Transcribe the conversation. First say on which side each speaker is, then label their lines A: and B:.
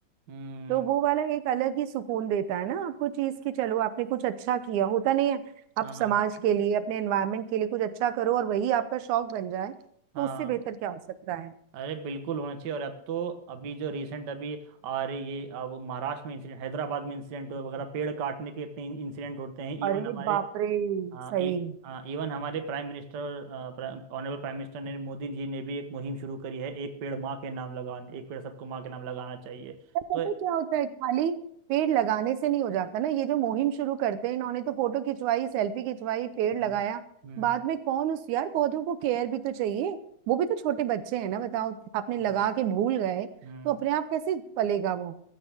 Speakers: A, on the right (about 55°); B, on the right (about 80°).
A: हम्म
B: तो वो वाला एक अलग ही सुकून देता है ना आपको चीज की चलो आपने कुछ अच्छा किया होता नहीं है आप
A: हाँ
B: समाज के लिए अपने एनवायरनमेंट के लिए कुछ अच्छा करो और वही आपका शौक बन जाए
A: हाँ
B: तो उससे बेहतर क्या हो सकता है
A: अरे बिल्कुल होना चाहिए और अब तो अभी जो रिसेंट अभी आ रही ये अब महाराष्ट्र में इंसिडेंट हैदराबाद में इंसिडेंट वगैरह पेड़ काटने के इतने इंसिडेंट होते हैं
B: अरे
A: इवन हमारे
B: बाप रे
A: हाँ
B: सही
A: ए, आ, इवन हमारे prime minister आ, प्रा- honourable prime minister Narendra Modi ji ने भी एक मुहिम शुरू करी है एक पेड़ माँ के नाम लगाने एक पेड़ सबको माँ के नाम लगाना चाहिए
B: पर
A: तो
B: पता है क्या होता है खाली पेड़ लगाने से नहीं हो जाता ना ये जो मुहिम शुरू करते हैं इन्होंने तो फोटो खिंचवाई सेल्फी खिंचवाई पेड़
A: हम्म
B: लगाया
A: हम्म,
B: बाद में कौन उस यार पौधों को केयर भी तो चाहिए वो भी तो छोटे बच्चे हैं ना बताओ आपने लगा
A: हाँ
B: के भूल गए
A: हम्म
B: तो अपने आप कैसे पलेगा वो